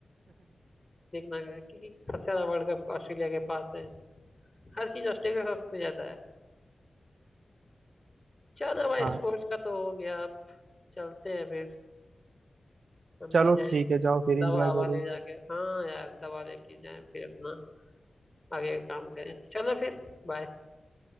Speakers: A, on the left; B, on the right.
A: देखना अगर- क्योंकि सबसे ज्यादा वर्ल्ड कप ऑस्ट्रेलिया के पास है हर चीज ऑस्ट्रेलिया का सबसे ज्यादा है चलो भाई
B: हाँ
A: स्पोर्ट्स का तो हो गया चलते हैं फिर हम
B: चलो
A: भी जाएं
B: ठीक है जाओ फिर एंजॉय
A: दवा हवा
B: करो
A: ले जाके हाँ यार दवा लेके जाएं फिर अपना आगे काम करें चलो फिर बाय